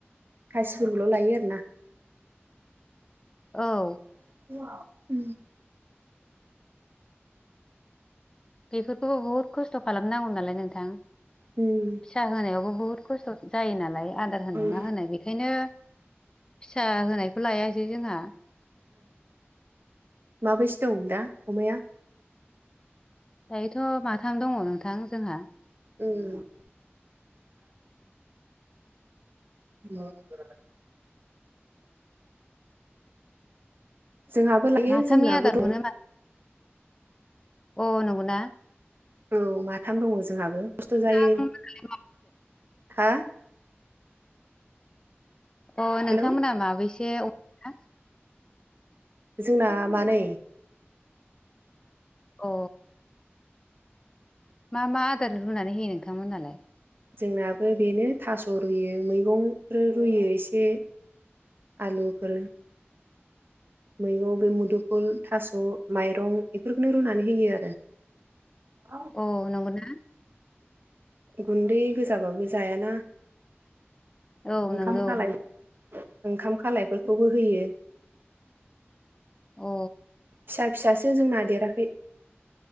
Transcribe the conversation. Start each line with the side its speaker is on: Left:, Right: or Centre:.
Right: खासिफोरखौल' लायो आरोना।
Left: औ
Right: <unintelligible>
Left: बेफोरखौबो बुहुद खस्थ' खालामनांगौ नालाय नोंथां।
Right: उम
Left: फिसा होनायावबो बुहुत खस्थ' जायो नालाय आदार होनाय
Right: उम
Left: मा होनाय बेखायनो फिसा होनायखौ लायासै जोंहा
Right: माबैसो दं दा अमाया
Left: दायोथ' माथाम दङ नोंथां जोंहा
Right: उम <unintelligible> जोंहाबो लायो
Left: माथामनि
Right: जोंनाबो
Left: आदारखौनो
Right: दं
Left: अ नंगौना
Right: औ माथाम दङ जोंहाबो खस्थ' जायो
Left: औ
Right: हा
Left: अ
Right: हेलौ
Left: नोंथांमोना माबैसे अमा
Right: जोंना मानैै
Left: अ मा मा आदार रुनानै होयो नोंथांमोनहालाय
Right: जोंनाबो बेनो थास' रुयो मैगंफोर रुयो एसे आलुफोर मैगं बे मुदुफुल थास' माइरं बेफोरखौनो रुनानै होयो आरो <unintelligible>
Left: अ नंगौ ना
Right: गुन्दै गोजाबाबो जायाना
Left: औ
Right: ओंखाम
Left: नंगौ
Right: खाल ओंखाम खालायफोरखौबो होयो
Left: अ
Right: फिसा फिसासो जोंना देराखै